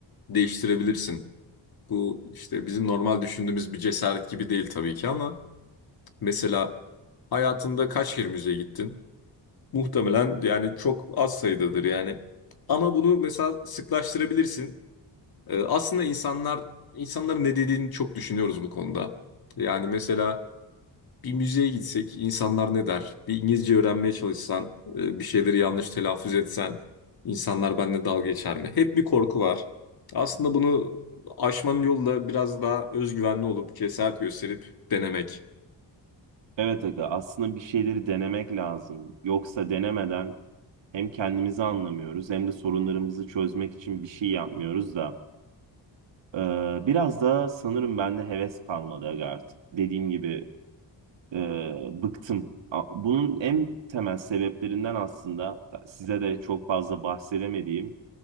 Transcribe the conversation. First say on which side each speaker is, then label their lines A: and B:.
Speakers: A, on the left; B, on the right.
A: değiştirebilirsin. Bu işte bizim normal düşündüğümüz bir cesaret gibi değil tabii ki ama mesela hayatında kaç kere müzeye gittin? Muhtemelen yani çok az sayıdadır yani. Ama bunu mesela sıklaştırabilirsin. E, aslında insanlar insanların ne dediğini çok düşünüyoruz bu konuda. Yani mesela bir müzeye gitsek insanlar ne der? Bir İngilizce öğrenmeye çalışsan, e, bir şeyleri yanlış telaffuz etsen insanlar benimle dalga geçer mi? Hep bir korku var. Aslında bunu aşmanın yolu da biraz daha özgüvenli olup cesaret gösterip denemek.
B: Evet aga aslında bir şeyleri denemek lazım. Yoksa denemeden hem kendimizi anlamıyoruz hem de sorunlarımızı çözmek için bir şey yapmıyoruz da. Ee, biraz da sanırım bende heves kalmadı aga artık. Dediğim gibi e, bıktım. A- Bunun en temel sebeplerinden aslında size de çok fazla bahsedemediğim